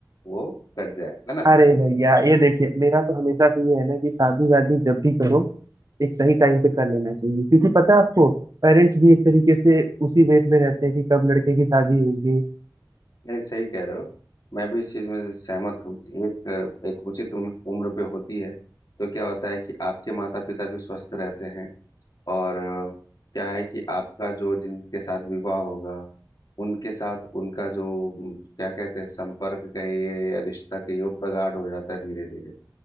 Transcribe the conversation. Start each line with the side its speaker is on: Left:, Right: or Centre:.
Left: वो कट जाए है ना
Right: अरे भैया ये देखिए मेरा तो हमेशा से ये है ना कि शादी वादी जब भी करो एक सही टाइम पे कर लेना चाहिए क्योंकि पता है आपको पेरेंट्स भी एक तरीके से उसी वेट में रहते हैं कि कब लड़के की शादी होगी
Left: नहीं सही कह रहे हो मैं भी इस चीज में सहमत हूँ कि एक एक उचित उम्र उम्र पे होती है तो क्या होता है कि आपके माता पिता भी स्वस्थ रहते हैं और अ, क्या है कि आपका जो जिनके साथ विवाह होगा उनके साथ उनका जो म, क्या कहते हैं संपर्क कहिए या रिश्ता कहिए वो प्रगाढ़ हो जाता है धीरे धीरे